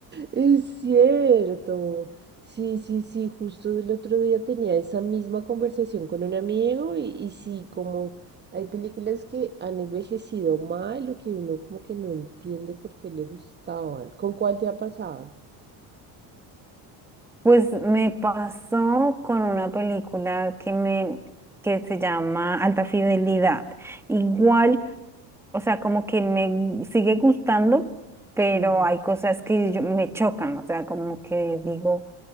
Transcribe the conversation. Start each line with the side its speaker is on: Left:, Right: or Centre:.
Right: Es cierto. Sí, sí, sí. Justo el otro día tenía esa misma conversación con un amigo y, y sí, como hay películas que han envejecido mal o que uno como que no entiende por qué le gustaban. ¿Con cuál te ha pasado?
Centre: Pues me pasó con una película que me que se llama Alta Fidelidad. Igual, o sea, como que me gu- sigue gustando, pero
Right: Ujú.
Centre: hay cosas que yo- me chocan, o sea, como que digo,